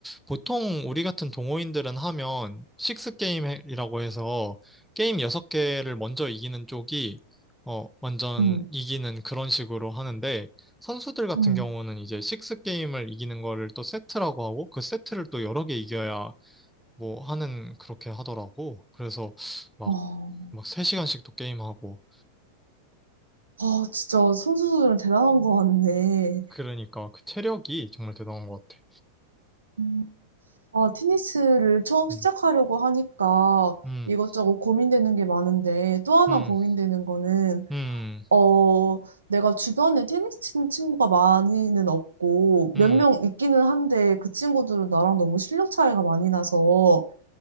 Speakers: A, in the centre; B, on the right.
A: 보통 우리 같은 동호인들은 하면 식스 게임이라고 해서 게임 여섯 개를 먼저 이기는 쪽이 어 완전
B: 음,
A: 이기는 그런 식으로 하는데 선수들 같은
B: 음.
A: 경우는 이제 식스 게임을 이기는 거를 또 세트라고 하고 그 세트를 또 여러 개 이겨야 뭐 하는 그렇게 하더라고. 그래서 막
B: 어,
A: 막 세 시간씩 또 게임하고
B: 아, 진짜 선수들은 대단한 것 같네.
A: 그러니까 그 체력이 정말 대단한 것 같아.
B: 음. 아, 테니스를 처음 시작하려고
A: 음,
B: 하니까
A: 음,
B: 이것저것 고민되는 게 많은데 또 하나
A: 음,
B: 고민되는 거는
A: 음,
B: 어, 내가 주변에 테니스 치는 친구가 많이는 없고
A: 음,
B: 몇
A: 음,
B: 명
A: 음.
B: 있기는 한데 그 친구들은 나랑 너무 실력 차이가 많이 나서